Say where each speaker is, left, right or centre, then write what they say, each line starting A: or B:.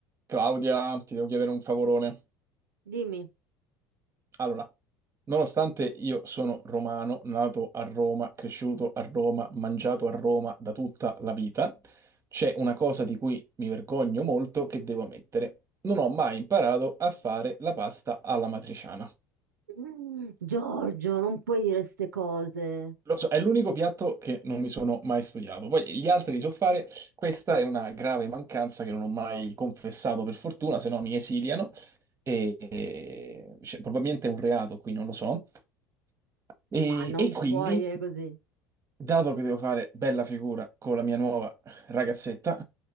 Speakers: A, on the right; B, on the right.
A: Claudia, ti devo chiedere un favorone.
B: Dimmi,
A: Allora, nonostante io sono romano, nato a Roma, cresciuto a Roma, mangiato a Roma da tutta la vita, c'è una cosa di cui mi vergogno molto che devo ammettere. Non ho mai imparato a fare la pasta alla matriciana.
B: Mm, Giorgio, non puoi dire ste cose,
A: Lo so, è l'unico piatto che non mi sono mai studiato. Poi gli altri li so fare. Questa è una grave mancanza che non ho mai confessato, per fortuna, se no mi esiliano. E, e- cioè, probabilmente è un reato qui, non lo so. E,
B: ma non
A: e quindi
B: puoi dire così.
A: dato che devo fare bella figura con la mia nuova ragazzetta